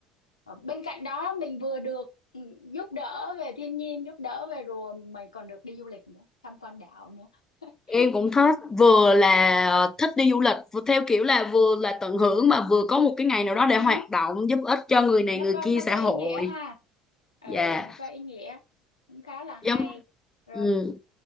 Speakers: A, on the left; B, on the left.
A: Ờ, Bên cạnh đó mình vừa được ừ, giúp đỡ về thiên nhiên, giúp đỡ về rùa, mình còn được đi du lịch nữa, tham quan đảo nữa. <laughs>
B: Em cũng thích vừa là thích đi du lịch vừa theo kiểu là vừa là tận hưởng mà vừa có một cái ngày nào đó để
A: Ừ,
B: hoạt động giúp ích cho người này
A: nó
B: người
A: có
B: kia
A: nó
B: xã
A: có
B: hội.
A: ý nghĩa ha. Ừ,
B: Dạ.
A: nó có ý nghĩa. Cũng khá là hay.
B: Giống
A: Rồi,
B: ừ.